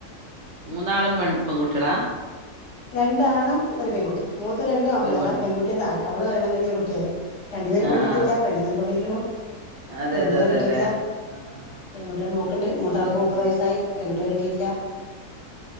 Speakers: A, on the right; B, on the left.
A: മൂന്നാളും പെൺ പെങ്കുട്ടിയളാ
B: രണ്ടാണും ഒരു പെൺകുട്ടി മൂത്ത രണ്ടും ആമ്പിള്ളേരാ
A: ഒരു പെണ്ണ്
B: പെൺകുട്ടിയും താഴെ അവള് കല്യാണം കയിഞ്ഞ് കെള്ളം കഴിഞ്ഞൊ ഒരു കുട്ടിയായി. രണ്ടു പരും
A: ആഹ്
B: പെണ്ണേട്ടിട്ടില്ല.
A: ആഹ്
B: പെണ്ണ് നോക്കി ക്കൊണ്ടിരിക്കുന്നു.
A: അതെ
B: പെൺകുട്ട
A: അതെ അതെ
B: കിട്ടിയിട്ടില്ല
A: അല്ലെ ആഹ്
B: പെൺകുട്ടിയെ നോക്കണ്ട് മൂത്ത ആൾക്ക്
A: ഉം
B: മുപ്പത് വയസായി. പെൺകുട്ടിയെ കിട്ടിയിട്ടില്ല.